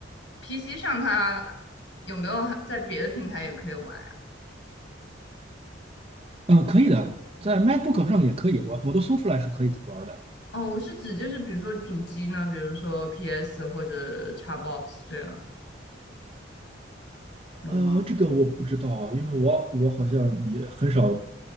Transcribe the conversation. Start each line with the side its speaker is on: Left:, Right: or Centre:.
Left: PC 上，它有没有还在别的平台也可以玩呀？
Right: 嗯，可以的，在 MacBook 上也可以，我我都搜出来是可以玩的。
Left: 哦，我是指就是比如说主机呢，比如说 PS 或者 Xbox 这样有吗？
Right: 呃，这个我不知道，因为我我好像也很少，